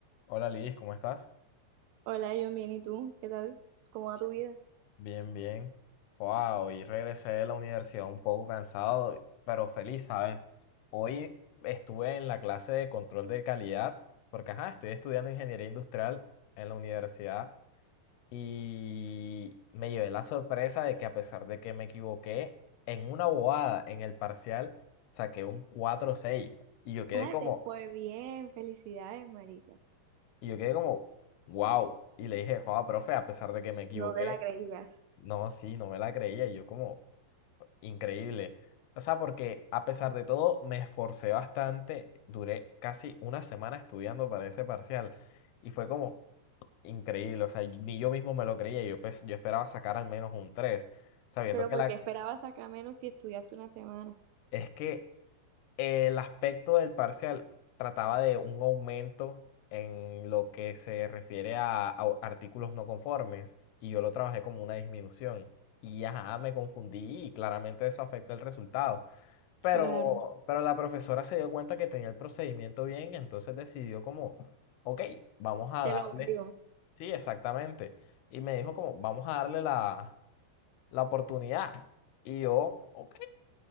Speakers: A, on the left; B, on the right.
A: Hola Liz, ¿cómo estás?
B: Hola, John, bien, ¿y tú? ¿Qué tal? ¿Cómo va
A: Bien.
B: tu vida?
A: Bien, bien. Wow, hoy regresé de la universidad un poco cansado, pero feliz, ¿sabes? Hoy estuve en la clase de control de calidad, porque ajá, estoy estudiando ingeniería industrial en la universidad y me llevé la sorpresa de que a pesar de que me equivoqué, en una bobada en el parcial saqué un 4 seis y yo quedé
B: Oye,
A: como,
B: te fue bien, felicidades, marica.
A: y yo quedé como, wow. Y le dije, joda, profe, a pesar de que me equivoqué.
B: No te la creías.
A: No, sí, no me la creía. y Yo como increíble. O sea, porque a pesar de todo me esforcé bastante. Duré casi una semana estudiando para ese parcial. Y fue como increíble. O sea, ni yo mismo me lo creía. Yo, pues, yo esperaba sacar al menos un tres Sabiendo
B: Pero
A: que
B: porque
A: la...
B: esperabas sacar menos si estudiaste una semana.
A: Es que El aspecto del parcial trataba de un aumento en lo que se refiere a, a artículos no conformes y yo lo trabajé como una disminución. Y ajá, me confundí y claramente eso afecta el resultado. Pero,
B: Claro,
A: pero la profesora se dio cuenta que tenía el procedimiento bien, entonces decidió como, ok, vamos a
B: te
A: darle,
B: lo valió.
A: sí, exactamente. Y me dijo como, vamos a darle la, la oportunidad. Y yo, ok.